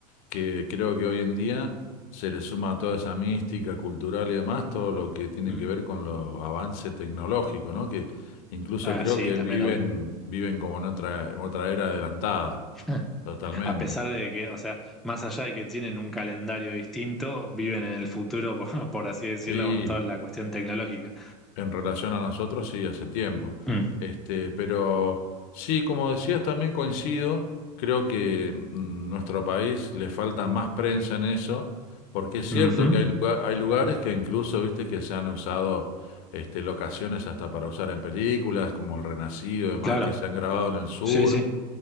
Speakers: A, on the left; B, in the centre.
A: que creo que hoy en día se le suma a toda esa mística cultural y demás todo lo que tiene
B: Mm.
A: que ver con los avances tecnológicos, ¿no? Que incluso
B: Ah,
A: creo
B: sí,
A: que
B: también,
A: viven,
B: obvio.
A: viven como en otra, en otra era adelantada,
B: <laughs>
A: totalmente.
B: A pesar de que, o sea, más allá de que tienen un calendario distinto, viven en el futuro, <laughs> por, por así decirlo,
A: Sí,
B: con toda la cuestión tecnológica.
A: En relación a nosotros, sí, hace tiempo.
B: Mm.
A: Este, pero sí, como decías, también coincido, creo que mm, nuestro país le falta más prensa en eso, porque es cierto
B: Ujú.
A: que hay, lugar- hay lugares que incluso, viste, que se han usado este, locaciones hasta para usar en películas, como El Renacido y demás,
B: Claro.
A: que se han grabado en el sur,
B: Sí, sí,